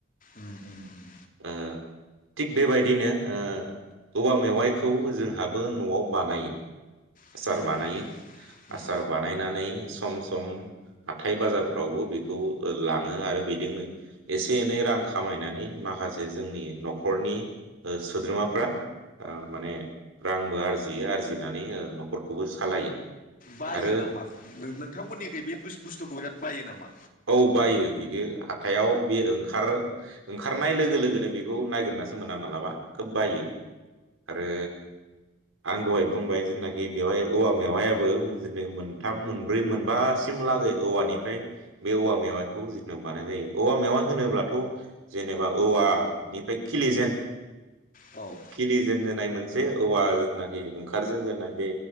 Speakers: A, on the left; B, on the right.
A: उम उम उम
B: ओ थिग बेबायदिनो ओ औवा मेवाइखौ जोंहाबो न'आव बानायो
A: उम
B: आसार
A: उम
B: बानायो
A: उम
B: आसार बानायनानै सम सम हाथाय बाजारफ्रावबो बेखौ खौ लाङो आरो बेजोंनो एसे एनै रां खामायनानै माखासे जोंनि न'खरनि सोद्रोमाफ्रा ओ माने रांबो आरजियो आरजिनानै ओ न'खरखौबो सालायो
A: बायो
B: आरो
A: नामा नोंथांमोनिखै बे बुस्थुखौ बिराद बायो नामा
B: औ बायो बियो हाथायाव बे ओंखार ओंखारनाय लोगो लोगोनो बेखौ नागिर नासो मोना मालाबा खोब बायो आरो आं दहाय बुंबाय जेनाखि बेवहाय औवा मेवहायाबो जेनाखि मोनथाम मोनब्रै मोनबा सिम लागै औवानिफ्राय बे औवा मेवाखौ जिथु बानाय जायो औवा मेवा होनोब्लाथ' जेनेबा औवानिफ्राय खिलि
A: औ
B: खिलिजेनजेननाय नाय मोनसे औवा जिथुनाखि ओंखार जेन जेनाय बे